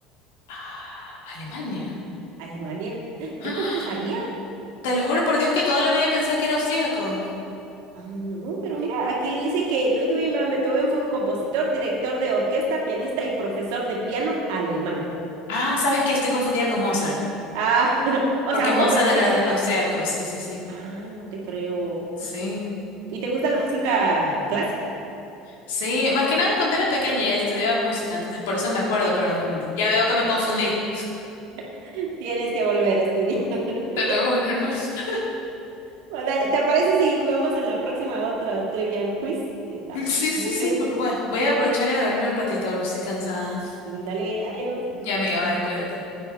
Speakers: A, on the left (about 80°); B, on the right (about 75°).
A: Ah, Alemania.
B: Alemania. <gasps> Yo
A: Ah,
B: tampoco sabía.
A: te lo juro por Dios que toda la vida pensé que era austríaco.
B: Ah, no, pero mira, aquí dice que Ludwig van Beethoven fue un compositor, director de orquesta, pianista y profesor de piano alemán.
A: Ah, ¿sabes qué? Estoy confundida con Mozart,
B: Ah, <laughs> o
A: porque
B: sea, Mozart
A: Mozart era
B: sí es de.
A: austríaco, sí, sí, sí.
B: Ay, no te creo.
A: Sí,
B: ¿Y te gusta la música clásica?
A: sí, más que nada cuando era pequeña y estudiaba música, entonces por eso me
B: Mm.
A: acuerdo, pero mm, ya veo que me confundí.
B: <laughs> Tienes que volver a estudiar.
A: Te
B: <laughs>
A: lo juro, hermano. <laughs>
B: Bueno, Dale, ¿te parece si jugamos en la próxima otra Trivian Quiz? Que está
A: Sí,
B: muy
A: sí, sí,
B: divertido.
A: pues bueno, voy a aprovechar y a dormir un ratito, ahora estoy cansada.
B: Dale, adiós.
A: Ya, amiga, bye, cuídate.